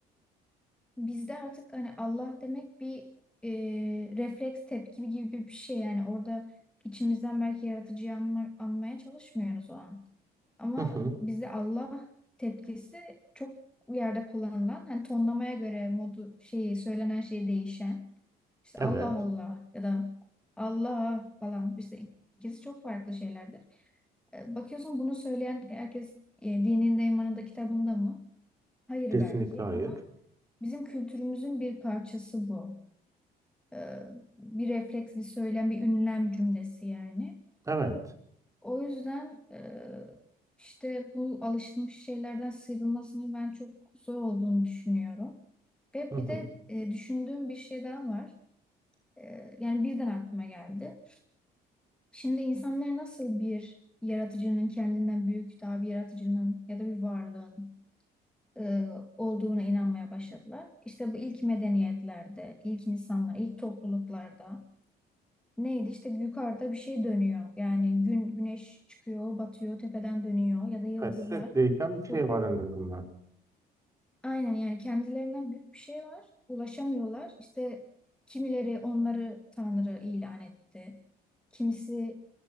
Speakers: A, in the centre; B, on the right (about 20°).
A: Bizde artık hani Allah demek bir e, refleks tepki gibi bir şey yani orada içimizden belki yaratıcıyı anma- anmaya çalışmıyoruz o an. Ama
B: Hı hı.
A: bizde Allah tepkisi çok yerde kullanılan hani tonlamaya göre modu şeyi söylenen şey değişen işte
B: Evet.
A: Allah Allah ya da Allah falan işte ikisi çok farklı şeylerdir. E, bakıyorsun bunu söyleyen herkes e, dininde imanında kitabında mı? Hayır
B: Kesinlikle
A: belki
B: hayır.
A: ama Bizim kültürümüzün bir parçası bu. Ee, bir refleks, bir söylem, bir ünlem cümlesi yani.
B: Evet.
A: O yüzden e, işte bu alışılmış şeylerden sıyrılmasının ben çok zor olduğunu düşünüyorum. Ve
B: Hı hı.
A: bir de e, düşündüğüm bir şey daha var. E, yani birden aklıma geldi. Şimdi insanlar nasıl bir yaratıcının kendinden büyük daha bir yaratıcının ya da bir varlığın e, olduğuna inanmaya başladılar. İşte bu ilk medeniyetlerde, ilk insanlar, ilk topluluklarda neydi? İşte yukarıda bir şey dönüyor. Yani gün güneş çıkıyor, batıyor, tepeden dönüyor ya da yıldızlar
B: Evet, sürekli değişen bir şey
A: Bu
B: var en azından.
A: Aynen yani kendilerinden büyük bir şey var. Ulaşamıyorlar. İşte kimileri onları Tanrı ilan etti. Kimisi